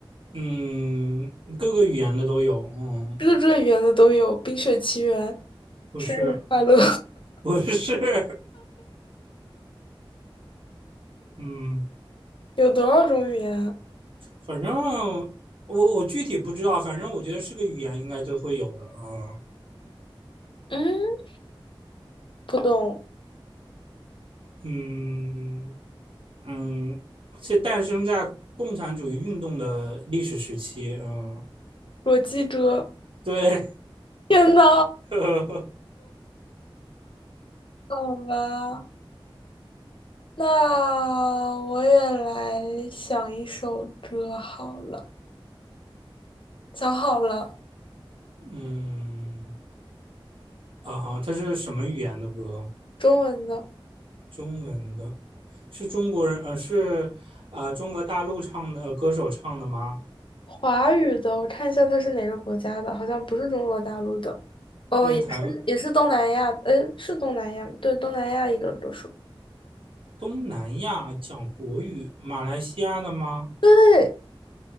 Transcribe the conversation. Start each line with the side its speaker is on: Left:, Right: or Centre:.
Right: 嗯，各个语言的都有，嗯，
Left: 各个语言的都有，《冰雪奇缘》
Right: 不是，
Left: 生日快乐，
Right: 不是，<laughs> 嗯，
Left: <laughs> 有多少种语言啊
Right: 反正我我具体不知道，反正我觉得是个语言应该就会有的啊，
Left: 嗯，不懂，
Right: 嗯嗯，是诞生在共产主义运动的历史时期，嗯，
Left: 我记着。
Right: 对，
Left: 天呐，
Right: <laughs>
Left: 好吧，那我也来想一首歌好了，想好了，
Right: 嗯啊，它是什么语言的歌？
Left: 中文的。
Right: 中文的，是中国人，呃，是啊、呃中国大陆唱的、呃歌手唱的吗？
Left: 华语的，我看一下它是哪个国家的，好像不是中国大陆的，哦，
Right: 那台湾
Left: 也是也是东南亚，诶，是东南亚吗对，东南亚一个歌手，
Right: 东南亚讲国语，马来西亚的吗？
Left: 对，